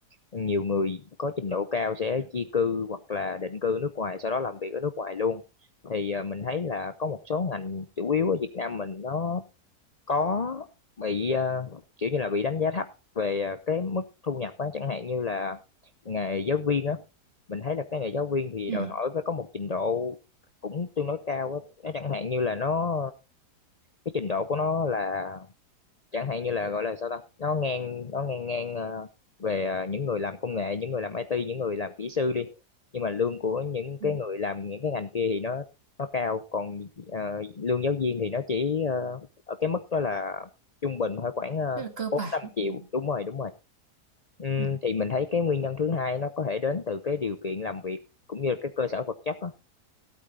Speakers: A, on the left; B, on the right.
A: nhiều người có trình độ cao sẽ di cư hoặc là định cư nước ngoài sau đó làm việc ở nước ngoài luôn thì ờ, mình thấy là có một số ngành chủ yếu ở Việt Nam mình nó có bị ờ, kiểu như là bị đánh giá thấp về ờ, cái mức thu nhập á chẳng hạn như là nghề giáo viên á mình thấy là cái nghề giáo viên thì
B: Ừ.
A: đòi hỏi phải có một trình độ cũng tương đối cao á nó chẳng hạn như là nó cái trình độ của nó là chẳng hạn như là gọi là sao ta nó ngang nó ngang ngang ờ, về ờ, những người làm công nghệ những người làm IT những người làm kỹ sư đi nhưng mà lương của những
B: ừ.
A: cái người làm những cái ngành kia thì nó nó cao còn ờ, lương giáo viên thì nó chỉ ờ, ở cái mức đó là trung bình thôi khoảng ờ,
B: rất là cơ
A: bốn
B: bản
A: năm triệu
B: ừ.
A: đúng rồi đúng rồi Ừm,
B: Ừ.
A: thì mình thấy cái nguyên nhân thứ hai nó có thể đến từ cái điều kiện làm việc cũng như là cái cơ sở vật chất á.